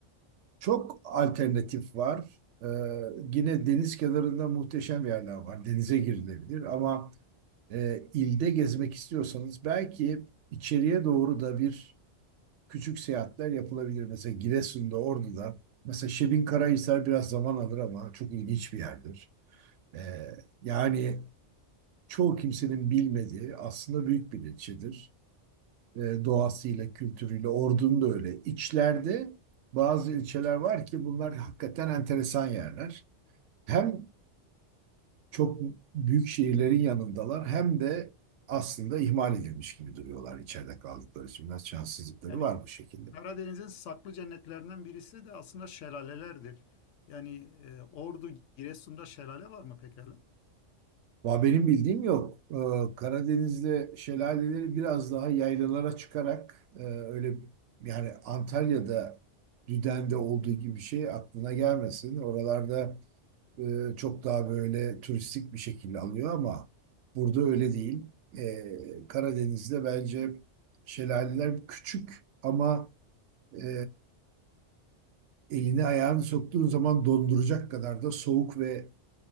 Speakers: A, on the right; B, on the left.
A: çok alternatif var. E, yine deniz kenarında muhteşem yerler var. Denize girilebilir ama e, ilde gezmek istiyorsanız belki içeriye doğru da bir küçük seyahatler yapılabilir. Mesela Giresun'da, Ordu'da. Mesela Şebinkarahisar biraz zaman alır ama çok ilginç bir yerdir. E, yani çoğu kimsenin bilmediği aslında büyük bir ilçedir. e, doğasıyla, kültürüyle, Ordu'nun da öyle. İçlerde bazı ilçeler var ki bunlar hakikaten enteresan yerler. Hem çok büyük şehirlerin yanındalar hem de aslında ihmal edilmiş gibi duruyorlar içeride kaldıkları için. Biraz şanssızlıkları
B: Yani
A: var bu şekilde.
B: Karadeniz'in saklı cennetlerinden birisi de aslında şelalelerdir. Yani e, Ordu, Giresun'da şelale var mı pekala?
A: Va benim bildiğim yok. Ee, Karadeniz'de şelaleleri biraz daha yaylalara çıkarak e, öyle yani Antalya'da Düden'de olduğu gibi bir şey aklına gelmesin. Oralarda e, çok daha böyle turistik bir şekilde alıyor ama burada öyle değil. E, Karadeniz'de bence şelaleler küçük ama e, elini ayağını soktuğun zaman donduracak kadar da soğuk ve